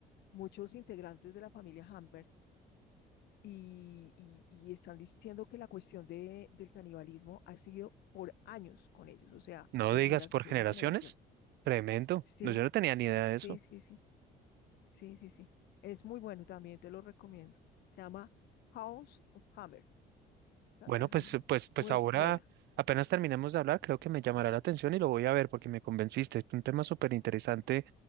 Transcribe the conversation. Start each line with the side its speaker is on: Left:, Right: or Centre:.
Left: muchos integrantes de la familia Hammer y, y, y están diciendo que la cuestión de, del canibalismo ha sido por años con ellos, o sea,
Right: No
Left: de
Right: digas
Left: generación
Right: por generaciones.
Left: en generación.
Right: Tremendo.
Left: Sí.
Right: No, yo no tenía ni idea de
Left: Sí,
Right: eso.
Left: sí, sí, sí, sí, sí. Es muy bueno, también te lo recomiendo. Se llama House of Hammer, Casa
Right: Bueno,
Left: de
Right: pues,
Left: Hammer.
Right: pues, pues
Left: Muy
Right: ahora
Left: buena.
Right: apenas terminemos de hablar, creo que me llamará la atención y lo voy a ver porque me convenciste. Es un tema súper interesante